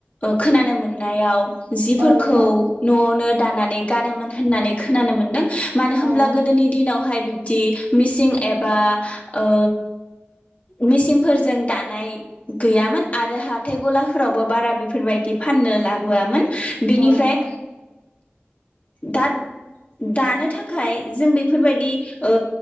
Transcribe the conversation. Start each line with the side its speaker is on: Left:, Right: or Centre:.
Left: खोनानो मोननायाव जिफोरखौ
Right: औ नोंथां
Left: न'आवनो दानानै गानोमोन होननानै खोनानो मोन्दों। मानो होमब्ला
Right: औ नोंथां
Left: गोदोनि दिनावहाय बिब दि मिसिं एबा ओ मिसिंफोरजों दानाय गैयामोन आरो हाथाय गलाफोरावबो बारा बेफोरबायदि फाननो लाबोआमोन। बिनिफ्राय
Right: औ नोंथां
Left: दा दानो थाखाय जों बेफोरबायदि ओ